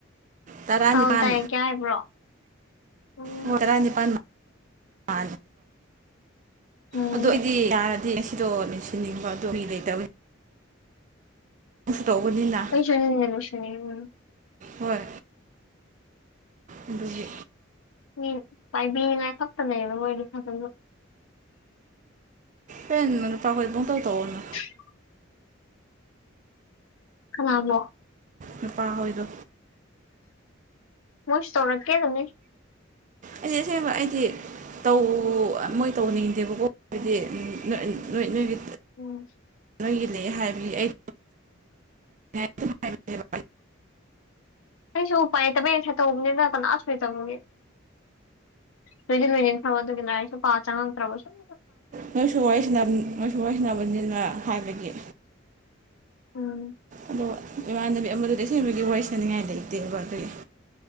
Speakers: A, on the right; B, on the left.
A: ꯇꯔꯥꯅꯤꯄꯥꯟ
B: ꯑꯧ ꯇꯥꯏꯌꯦ ꯀꯌꯥ ꯍꯥꯏꯕ꯭ꯔꯣ ꯎꯝ
A: ꯍꯣ ꯇꯔꯥꯅꯤꯄꯥꯟ <unintelligible>
B: ꯎꯝ
A: ꯑꯗꯨ ꯑꯩꯗꯤ ꯌꯥꯔꯗꯤ ꯁꯤꯗꯣ ꯂꯣꯏꯁꯤꯟꯅꯤꯡꯕ ꯑꯣ ꯃꯤ ꯂꯩꯇꯕꯅꯤ ꯅꯪꯁꯨ ꯇꯧꯕꯅꯤꯅ
B: <unintelligible>
A: ꯍꯣꯏ ꯑꯗꯨꯒꯤ
B: ꯃꯤ ꯄꯥꯏꯕꯤꯅꯤꯉꯥꯏ ꯈꯛꯇ ꯂꯩꯕ ꯑꯣꯢꯔꯗꯤ ꯐꯗꯣꯢꯕ
A: <unintelligible> ꯅꯨꯄꯥ ꯍꯣꯢ ꯄꯨꯡꯇꯧ ꯇꯧꯋꯣꯅ
B: <inaudible> ꯀꯅꯥꯕꯣ
A: ꯅꯨꯄꯥ ꯍꯣꯏꯗꯣ
B: ꯃꯣꯁꯨ ꯇꯧꯔꯛꯀꯦ ꯑꯗꯨꯅꯤ
A: ꯑꯩꯗꯤ ꯑꯁꯦꯡꯕ ꯑꯩꯗꯤ ꯇꯧ ꯃꯣꯏ ꯇꯧꯅꯤꯡꯗꯦꯕꯀꯣ ꯍꯥꯏꯕꯗꯤ ꯅꯣꯏ ꯅꯣꯏꯒꯤ
B: ꯎꯝ
A: ꯅꯣꯏꯒꯤ ꯂꯩ ꯍꯥꯏꯕꯒꯤ ꯑꯩ ꯑꯗꯨꯝ ꯍꯥꯏꯕꯅꯦꯕ
B: ꯑꯩꯁꯨ ꯎꯄꯥꯏ ꯉꯁꯥꯢ ꯇꯧꯕꯅꯦꯕ ꯀꯅꯥꯁꯨ ꯂꯩꯇꯕꯒꯤ <unintelligible> ꯑꯗꯨꯒꯤ ꯂꯥꯢꯔꯤꯛꯁꯨ ꯄꯥ ꯆꯪꯉꯛꯇ꯭ꯔꯕ ꯁꯨꯝ
A: ꯅꯣꯏꯁꯨ ꯋꯥꯔꯤꯁꯤ ꯁꯅꯥ ꯅꯣꯏꯁꯨ ꯋꯥꯔꯤꯁꯤꯅꯕꯅꯤꯅ ꯍꯥꯏꯕꯒꯤ
B: ꯎꯝ
A: ꯑꯗꯣ ꯏꯃꯥꯟꯅꯕꯤ ꯑꯃꯗ ꯇꯦꯛꯁꯤꯟꯕꯒꯤ ꯋꯥꯔꯤ ꯁꯅꯤꯡꯉꯥꯏ ꯂꯩꯇꯦꯕ ꯑꯗꯨꯒꯤ